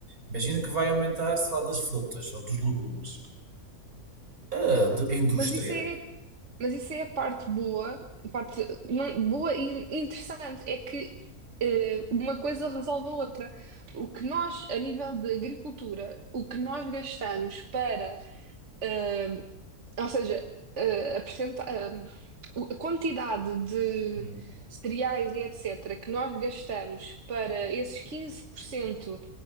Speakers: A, on the right; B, on the right.
A: Imagina que vai aumentar, sei lá, das frutas ou dos legumes. A, de- a indústria.
B: Mas isso é Mas isso é a parte boa, a parte não- boa e interessante, é que eh, uma coisa resolve a outra. O que nós, a nível de agricultura, o que nós gastamos para, eh, ou seja, eh, a percenta- eh, o- a quantidade de
A: Hum,
B: cereais e etc. que nós gastamos para esses 15%